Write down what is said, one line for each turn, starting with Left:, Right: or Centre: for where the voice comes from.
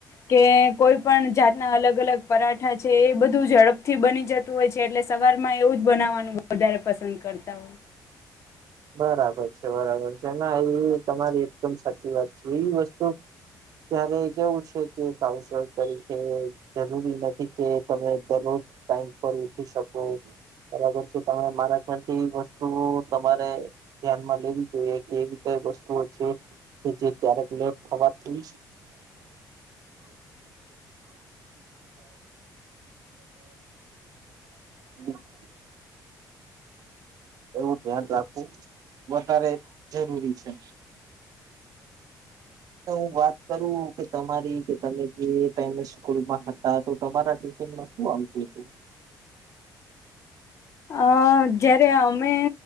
Left: કે કોઈ પણ જાતના અલગ અલગ પરાઠા છે, એ બધું ઝડપથી બની જતું હોય છે. એટલે સવારમાં એવું જ બનાવવાનું વધારે પસંદ કરતા હોય.
Right: બરાબર છે. બરાબર છે. ના એ તમારી એકદમ સાચી વાત છે. એવી વસ્તુ ત્યારે કેવું છે કે એક હાઉસવાઇફ તરીકે જરૂરી નથી કે તમે દરરોજ ટાઈમ પર ઉઠી શકો. બરાબર છે. તમે મારા ફરતી વસ્તુઓ તમારે ધ્યાન માં લેવી જોઈએ. કે એવી કઈ વસ્તુઓ છે કે જે ક્યારેક ન ખવાતી <unintelligible> એવું ધ્યાન રાખવું વધારે જરૂરી છે. હું વાત કરું કે તમારી, કે તમે જે ટાઈમે સ્કૂલમાં હતા, તો તમારા ટિફિનમાં શું આવતું તું?
Left: અઅ જયારે અમે